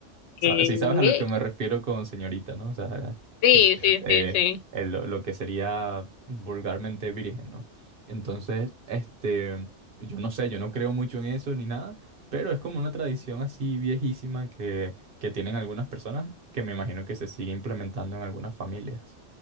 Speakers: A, on the right; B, on the left.
A: Sa-
B: Eh,
A: Sí, sabes a lo que me refiero con señorita, ¿no? O sea,
B: Sí,
A: que,
B: sí,
A: eh,
B: sí, sí.
A: eh, lo, lo que sería vulgarmente virgen, ¿no? Entonces, este, yo no sé, yo no creo mucho en eso ni nada, pero es como una tradición así viejísima que, que tienen algunas personas que me imagino que se sigue implementando en algunas familias.